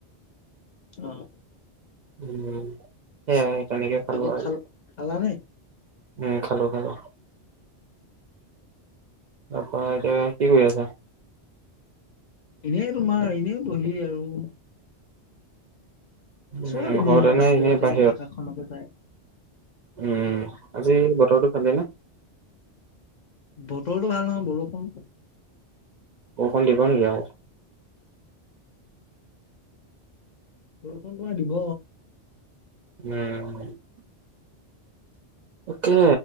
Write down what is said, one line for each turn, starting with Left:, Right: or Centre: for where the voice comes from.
Left: উম।
Right: উম, সেয়াই তেনেকে খালোঁ
Left: বাকী
Right: আৰু।
Left: খাল খালানে
Right: উম, খালোঁ, খালোঁ। তাৰপৰা, এতিয়া কি কৰি আছা?
Left: এনেই তোমাৰ, এনেই বহি আৰু
Right: উম
Left: চব এনে
Right: ঘৰতে নে
Left: বাহিৰতে
Right: এনেই বাহিৰত?
Left: আকাশখনকে চাই।
Right: উম, আজি বতৰটো ভালেই নে?
Left: বতৰটো ভাল নহয়, বৰষুণ।
Right: বৰষুণ দিব নেকি আৰু?
Left: বৰষুণ পুৰা দিব।
Right: উম। তাকে,